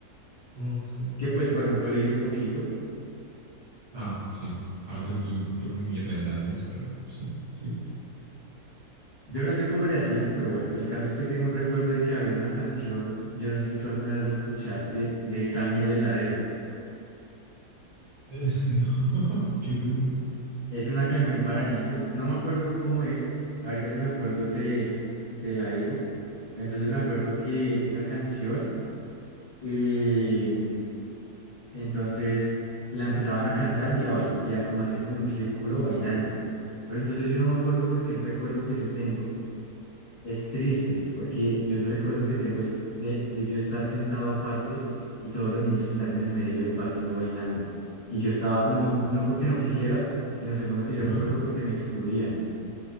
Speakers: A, on the right; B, on the left.
A: Ok,
B: que pues
A: sí.
B: para un colegio es poquito.
A: Ah, sí. A veces sí, creo que ni rentables, pero sí, sí.
B: Yo no sé cómo le hacían, pero bueno, el caso es que tengo un recuerdo de que había una canción, yo no sé si tú alguna vez la escuchaste, de Sammy el Heladero.
A: Eh, <laughs> no, <laughs> ¿qué es eso?
B: Es una canción para niños, no me acuerdo cómo es, ahorita si me acuerdo te, te la digo. Entonces me acuerdo que esa canción, eh, entonces la empezaban a cantar y a, bailar y a como hacer como un círculo bailando. Pero entonces yo no me acuerdo porque el recuerdo que yo tengo Es triste, porque yo recuerdo que tengo es de, de yo estar sentado aparte y todos los niños estar en el medio del patio bailando. Y yo estaba como, no porque no quisiera, sino según lo que yo
A: Ajá.
B: recuerdo, porque me excluían.